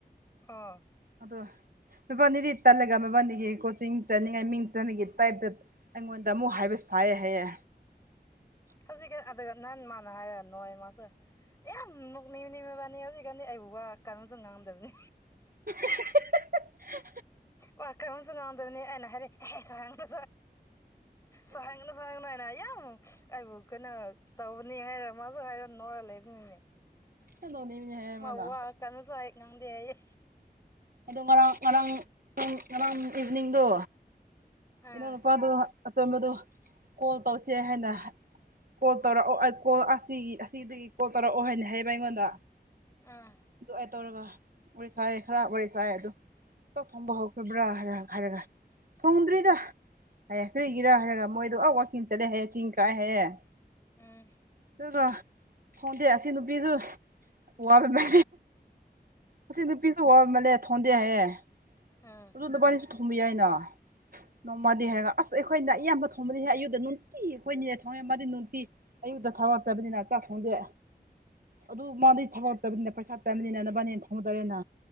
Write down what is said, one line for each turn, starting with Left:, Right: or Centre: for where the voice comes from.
Left: ꯑꯥ
Right: ꯑꯗꯣ ꯅꯕꯥꯅꯤꯗꯤ ꯇꯜꯂꯒ ꯃꯕꯥꯅꯤꯒꯤ ꯀꯣꯆꯤꯡ ꯆꯠꯅꯤꯡꯉꯥꯏ ꯃꯤꯡ ꯆꯟꯕꯒꯤ ꯇꯥꯏꯞꯇ ꯑꯩꯉꯣꯟꯗ ꯑꯃꯨꯛ ꯍꯥꯏꯕ ꯁꯥꯏꯌꯦ ꯍꯥꯏꯌꯦ
Left: ꯍꯧꯖꯤꯛꯀ ꯑꯗꯨꯒ ꯅꯍꯥꯟ ꯃꯥꯅ ꯍꯥꯏꯔꯛꯑ ꯅꯣꯛꯑꯦ ꯃꯥꯁꯨ ꯑꯦꯌꯥꯝ ꯅꯣꯛꯅꯤꯡꯏꯅꯦ ꯃꯕꯥꯅꯤ ꯍꯧꯖꯤꯛꯀꯥꯟꯗꯤ ꯑꯩꯕꯨ ꯋꯥ ꯀꯟꯅꯁꯨ ꯉꯥꯡꯗꯕꯅꯤ
Right: ꯍꯥ ꯍꯥ ꯍꯥ ꯍꯥ
Left: ꯋꯥ ꯀꯟꯅꯁꯨ ꯉꯥꯡꯗꯕꯅꯦ ꯑꯩꯅ ꯍꯥꯏꯔꯦ ꯍꯦ ꯍꯦꯁꯨ ꯍꯥꯏꯔꯦ ꯁꯥꯎꯍꯟꯒꯅꯨ ꯁꯥꯎꯍꯟꯒꯅꯨ ꯍꯥꯏꯅ ꯌꯥꯝ ꯑꯩꯕꯨ ꯀꯩꯅꯣ ꯇꯧꯕꯅꯤ ꯍꯥꯏꯔꯣ ꯃꯥꯁꯨ ꯍꯥꯏꯔꯣ ꯅꯣꯏꯔ ꯂꯩꯕꯅꯤꯅꯦ
Right: ꯌꯥꯝ ꯅꯣꯅꯤꯡꯕꯅꯦ ꯍꯥꯏꯌꯦ
Left: ꯃꯥ
Right: ꯃꯥꯅ
Left: ꯋꯥ ꯀꯟꯅꯁꯨ ꯍꯥꯏ ꯉꯥꯡꯗꯦ ꯍꯥꯏꯌꯦ
Right: ꯑꯗꯣ ꯉꯔꯥꯡ ꯉꯔꯥꯡꯥꯡ ꯉꯔꯥꯡ ꯏꯚꯤꯅꯤꯡꯗꯣ
Left: ꯑꯥ
Right: ꯏꯅꯥꯎꯅꯨꯄꯥꯗꯨ ꯑꯇꯣꯟꯕꯗꯨ ꯀꯣꯜ ꯇꯧꯁꯦ ꯍꯥꯏꯅ ꯀꯣꯜ ꯇꯧꯔꯛꯑꯣ ꯀꯣꯜ ꯑꯁꯤꯒꯤ ꯑꯁꯤꯗꯒꯤ ꯀꯣꯜ ꯇꯧꯔꯛꯑꯣ ꯍꯥꯏꯅ ꯍꯥꯏꯌꯦꯕ ꯑꯩꯉꯣꯟꯗ
Left: ꯑꯥ
Right: ꯑꯗꯨ ꯑꯩ ꯇꯧꯔꯒ ꯋꯥꯔꯤ ꯁꯥꯏ ꯈꯔ ꯋꯥꯔꯤ ꯁꯥꯏ ꯑꯗꯨ ꯆ ꯊꯣꯡꯕ ꯍꯧꯈꯤꯕ꯭ꯔꯥ ꯍꯥꯏꯔ ꯍꯥꯏꯔꯒ ꯊꯣꯡꯗ꯭ꯔꯤ ꯍꯥꯏꯌꯦ ꯀꯔꯤꯒꯤꯔ ꯍꯥꯏꯔꯒ ꯃꯣꯏꯗꯣ ꯑ ꯋꯥꯛꯀꯤꯡ ꯆꯠꯂꯦ ꯍꯥꯏꯌꯦꯡ ꯆꯤꯡ ꯀꯥꯏꯑꯦ ꯍꯥꯏꯌꯦꯦ
Left: ꯎꯝ
Right: ꯆ ꯍꯣꯗ ꯑꯦꯁꯤ ꯅꯨꯕꯤꯁꯨ ꯋꯥꯕ ꯃ ꯉꯁ ꯅꯨꯄꯤꯁꯨ ꯋꯥꯔꯝꯃꯜꯂꯦ ꯊꯣꯟꯗꯦ ꯍꯥꯏꯌꯦꯦ
Left: ꯎꯝ
Right: ꯑꯗꯨ ꯅꯨꯄꯥꯅꯤꯁꯨ ꯊꯣꯕ ꯌꯥꯏꯅ ꯅꯣꯡꯃꯗꯤ ꯍꯥꯏꯔꯒ ꯑꯁ ꯑꯩꯈꯣꯏꯅ ꯑꯌꯥꯝꯕ ꯊꯣꯡꯕꯅꯤꯍꯦ ꯑꯌꯨꯛꯗ ꯅꯨꯡꯇꯤ ꯑꯩꯈꯣꯏꯅꯤꯅꯦ ꯊꯣꯡꯉꯦ ꯃꯥꯗꯤ ꯅꯨꯡꯇꯤ ꯑꯌꯨꯛꯇ ꯊꯕꯛ ꯆꯠꯄꯅꯤꯅ ꯆꯥꯛ ꯊꯣꯡꯗꯦ ꯑꯗꯨ ꯃꯥꯗꯤ ꯊꯕꯛ ꯆꯠꯄꯅꯤꯅ ꯄꯩꯁꯥ ꯇꯥꯟꯕꯅꯤꯅ ꯅꯕꯥꯅꯤꯅ ꯊꯣꯡꯕ ꯇꯥꯔꯦꯅꯥ